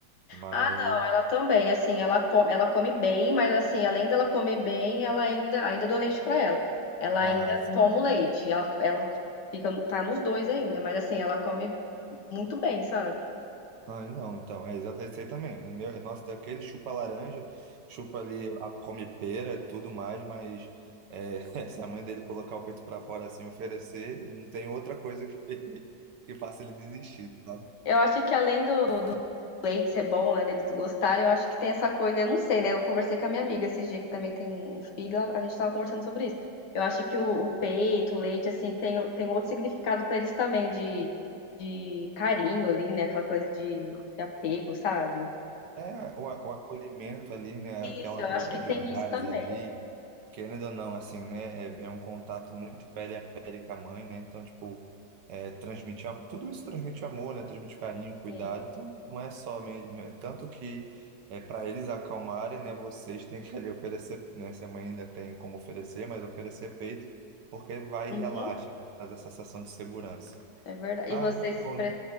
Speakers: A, on the right; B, on the left.
A: Mas,
B: Ah, não, ela também, assim, ela come, ela come bem, mas assim, além dela comer bem, ela ainda, ainda dou leite pra ela. Ela
A: ah,
B: ainda toma o leite. Ela, ela fica, tá nos dois ainda, mas assim, ela come muito bem, sabe?
A: Ah, não, então, é exatamente esse aí também. O meu, nosso daquele chupa laranja, chupa ali, a, come pera e tudo mais, mas é, <laughs> se a mãe dele colocar o peito para fora assim, oferecer, não tem outra coisa que, <laughs> que faça ele desistir, sabe?
B: Eu acho que além do, Date ser bom, né? Deles gostarem, eu acho que tem essa coisa, eu não sei, né? Eu conversei com a minha amiga esses dias que também tem um filho, a a gente tava conversando sobre isso. Eu acho que o, o peito, o leite, assim, tem, tem outro significado pra eles também, de, de carinho ali, né? Aquela coisa de, de apego, sabe?
A: É, o, a- o acolhimento ali, né? Aquela
B: Isso, eu acho
A: troca
B: que
A: de
B: tem
A: olhares
B: isso também,
A: ali, querendo ou não, assim, né? É, é um contato muito pele a pele com a mãe, né? Então, tipo, é, transmitir, am- tudo isso transmite amor, né? Transmite carinho, cuidado.
B: sim.
A: Então, não é só, me- não é, tanto que é, para eles acalmarem, né? Vocês têm que ali oferecer, né? Se a mãe ainda tem como oferecer, mas oferecer peito, porque vai
B: Uhum,
A: e relaxa, né? Traz a sensação de segurança.
B: é verdade.
A: Ah,
B: E vocês.
A: muito bom.
B: pre-